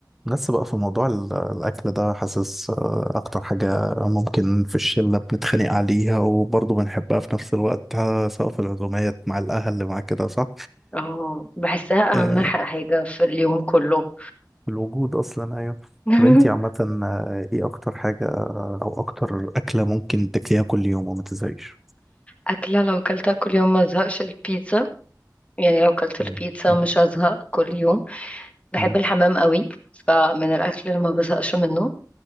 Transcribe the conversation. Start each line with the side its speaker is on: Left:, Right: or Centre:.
Centre: بس بقى في موضوع ال- الأكل ده حاسس آه، أكتر حاجة ممكن في الشلة بنتخانق عليها وبرضه بنحبها في نفس الوقت آه، سواء في العزومات مع الأهل مع كده صح؟
Left: اه بحسها اهم
Centre: آه،
Left: ح- حاجة في اليوم كله
Centre: الوجود أصلا أيوه
Left: <laughs>
Centre: طب أنتي عامة آه، إيه أكتر حاجة أو أكتر أكلة ممكن تاكليها كل يوم وما تزهقيش؟
Left: أكلة لو كلتها كل يوم ما زهقش البيتزا يعني لو كلت البيتزا
Centre: ماشي
Left: مش هزهق كل يوم بحب
Centre: مم.
Left: الحمام قوي فمن الأكل اللي ما بزهقش منه